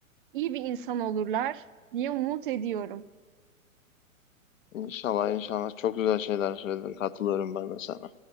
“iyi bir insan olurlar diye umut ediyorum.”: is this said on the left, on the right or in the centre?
Right